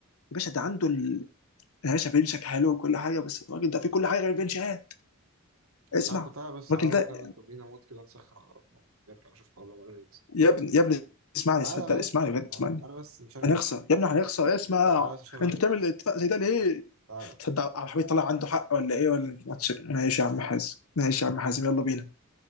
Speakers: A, on the left; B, on the right.
A: يا باشا ده عنده ال... يا باشا فينشك حلو وكل حاجه بس الراجل ده فيه كل حاجه غير الفينشات اسمع
B: تعال تعالى بس تعالى
A: الراجل ده
B: نروح نعمل تمرين موت كده نسخن على ربنا ونرجع نشوف قبل ما ننزل
A: يا ابني يا ابني اسمعني
B: تعالى
A: صدق اسمعني
B: بس
A: بجد
B: تعالى
A: اسمعني
B: بس نشغل
A: هنخسر يا ابني هنخسر إيه، اسمع
B: تعالى بس نشغل
A: انت
B: البنش
A: بتعمل اتفاق زي ده ليه؟
B: تعالى تعالى
A: تصدق عبد الحميد طلع عنده حق ولا ايه ولا ماشي يا عم حازم ماشي يا عم حازم يلا بينا